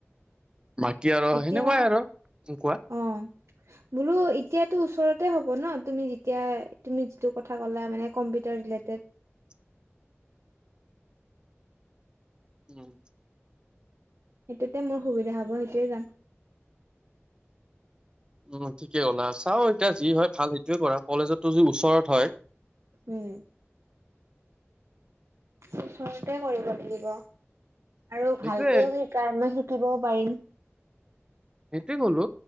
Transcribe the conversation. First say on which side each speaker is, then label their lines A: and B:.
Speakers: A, on the right (about 20°); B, on the right (about 80°).
A: বাকী আৰু
B: এতিয়া
A: সেনেকুৱাই আৰু কোৱা
B: অ' বোলো এতিয়াতো ওচৰতে হ'ব ন তুমি যেতিয়া তুমি যিটো কথা ক'লা মানে কম্পিউটাৰে
A: <inaudible> উম।
B: সেইটোতে মোৰ সুবিধা হব সেইটোৱে যাম।
A: উম ঠিকে ক'লা চাও এতিয়া যি হয় ভাল সেইটোয়ে কৰা কলেজতো যদি ওচৰত হয়।
B: উম। ওচৰতে কৰিব লাগিব। আৰু
A: সেইটোয়ে
B: ভালকেও শ মই শিকিবও পাৰিম।
A: সেইটোয়ে কলো